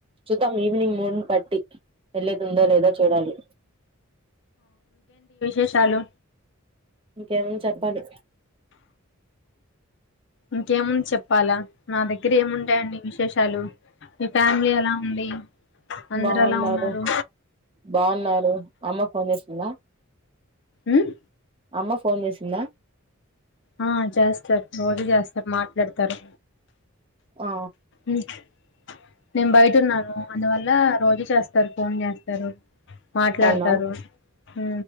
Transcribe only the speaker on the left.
ఏ షాలు
ఇంకేముంది చెప్పాలా నా దగ్గర ఏముంటాయండి విశేషాలు. మీ ఫ్యామిలీ ఎలా ఉంది. అందరు
ఎలా ఉన్నారు
ఉహ్
ఆ చేస్తార్ రోజూ జేసర్ మాట్లాడతారు.
ఇంక్ నేను బయట ఉన్నాను. అందువల్ల రోజు చేస్తారు ఫోన్ జేస్తారు. మాట్లాడతారు
హు